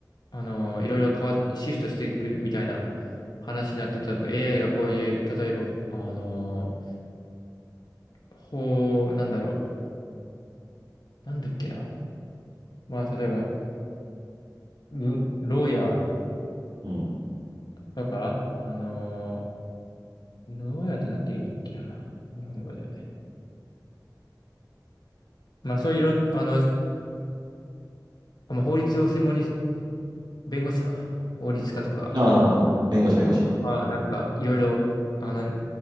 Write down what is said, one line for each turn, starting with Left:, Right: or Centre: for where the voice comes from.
Left: あの、いろいろ変わっ、シフトしていくみたいな話になって、多分 AI がこういう、例えば、ほあの、法、なんだろう、なんだっけな。まあ、例えば、ロ牢屋
Right: うん。
Left: とか、あのー、牢屋ってなんて言うんだっけな、日本語で。まあそういういろ、あの、まあ、法律を専門に、弁護士か、法律家とか、
Right: ああ、ああ弁護士、弁護士。
Left: あ、なんかいろいろ、あの、